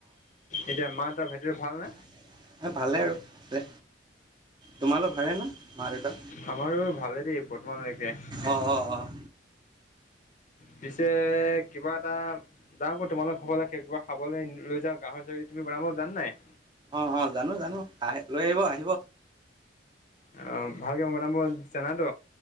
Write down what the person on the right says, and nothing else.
এ ভালে আৰু দে তোমালোক ভালে না? মা দেটা
অ', অ', অ'।
অ অ জানো জানো আহ লৈ আহিব আহিব